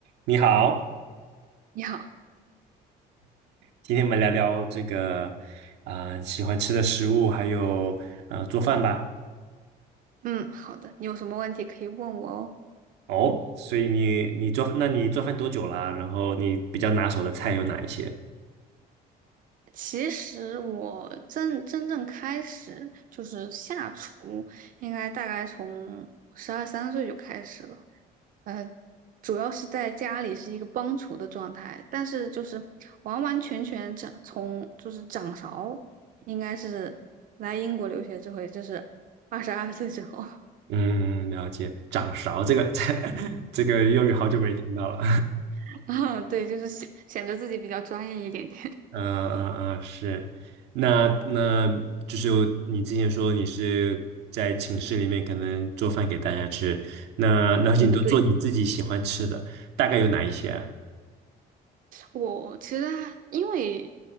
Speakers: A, on the right; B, on the right.
A: 你好，
B: 你好，
A: 今天我们聊聊这个啊、呃喜欢吃的食物，还有呃做饭吧。
B: 嗯，好的，你有什么问题可以问我哦。
A: 哦，所以你你做，那你做饭多久啦？然后你比较拿手的菜有哪一些？
B: 其实我真真正开始就是下厨，应该大概从十二三岁就开始了。嗯，主要是在家里是一个帮厨的状态，但是就是完完全全掌从就是掌勺，应该是来英国留学之后，也就是二十二岁之后，
A: 嗯，了解。掌勺这个 <laughs> 这这个用语好久没听到了。
B: <laughs> 啊，对，就是显显得自己比较专业一点点。
A: <laughs> 嗯嗯嗯，是。那那就是你之前说你是在寝室里面可能做饭给大家吃，那那你都做你自己喜欢吃的，
B: 嗯，对。
A: 大概有哪一些啊？
B: 我其实还因为，